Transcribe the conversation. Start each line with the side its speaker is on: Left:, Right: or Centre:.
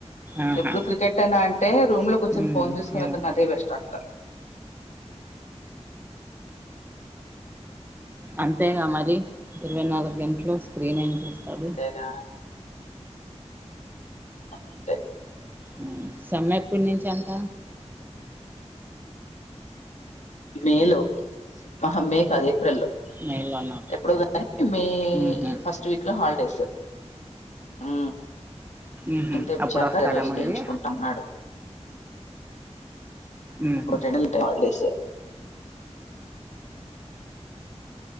Right: ఆహా
Left: ఎప్పుడు క్రికెట్ అయినా అంటే రూమ్ లోకి వచ్చిన
Right: మ్మ్
Left: ఫోన్ చూసుకునేకన్నా
Right: ఏమో
Left: అదే బెస్ట్ అంటారు
Right: అంతేకా మరి ఇరవై నాలుగు గంటలు స్క్రీన్ ఏం చేస్తంది
Left: అంతేగా అంతే
Right: అ సమ్మె ఎప్పటి నుంచి అంట
Left: మేలు ఆహా మే కాదే ఏప్రిల్ లో
Right: మే లోనా
Left: ఎప్పుడో కానీ మే
Right: మ్హూ
Left: ఫస్ట్ వీక్ లో హాలిడేస్ ఆ
Right: మ్హూ
Left: ఇంటపు
Right: అప్పుడు
Left: చాకర్వేేశం
Right: వస్తాడా మళ్ళీ
Left: చేయించుకుంటున్నాడు
Right: ఉహు
Left: అప్పుడు రెండు నెలలు ఉంటాయి హాలిడేస్